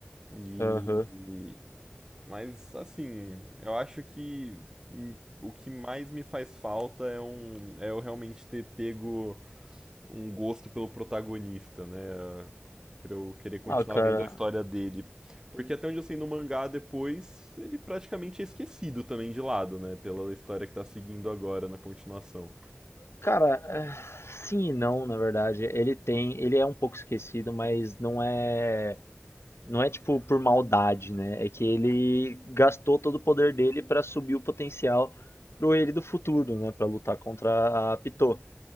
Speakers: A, on the right (about 15°); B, on the left (about 80°).
A: e
B: Aham.
A: mas assim, eu acho que hum, o que mais me faz falta é um é eu realmente ter pego um gosto pelo protagonista, né? Pra eu querer continuar
B: Ah, cara.
A: vendo a história dele. Porque até onde eu sei no mangá depois, ele praticamente é esquecido também de lado, né? Pela história que tá seguindo agora na continuação.
B: Cara, é, sim e não, na verdade. Ele tem, ele é um pouco esquecido, mas não é, não é tipo por maldade, né? É que ele gastou todo o poder dele pra subir o potencial pro ele do futuro, né, Pra lutar contra a Pitou.